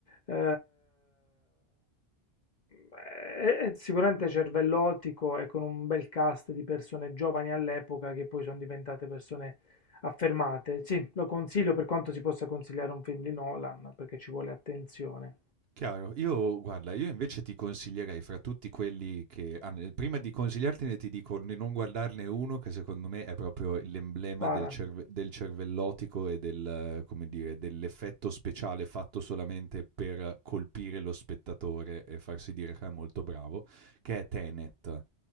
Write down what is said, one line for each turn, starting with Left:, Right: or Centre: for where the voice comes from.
Left: eh, è, è sicuramente cervellotico e con un bel cast di persone giovani all'epoca che poi sono diventate persone Affermate, sì, lo consiglio per quanto si possa consigliare un film di Nolan, perché ci vuole attenzione.
Right: Chiaro. Io guarda, io invece ti consiglierei fra tutti quelli che ah, n prima di consigliartene ti dico di non guardarne uno che secondo me è proprio l'emblema
Left: Spara.
Right: del cerve del cervellotico e del eh, come dire, dell'effetto speciale fatto solamente per colpire lo spettatore e farsi dire che è molto bravo, che è Tenet.